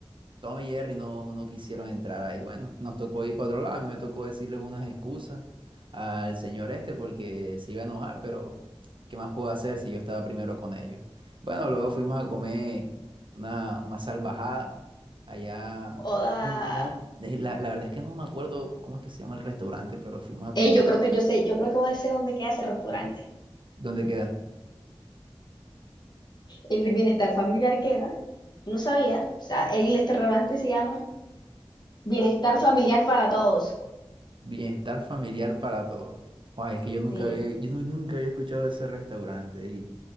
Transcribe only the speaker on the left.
Joda.
Ey, yo creo que yo sé, yo creo que voy a decir dónde queda ese restaurante.
El bienestar familiar queda. No sabía. O sea, el restaurante se llama Bienestar Familiar para Todos.
Sí.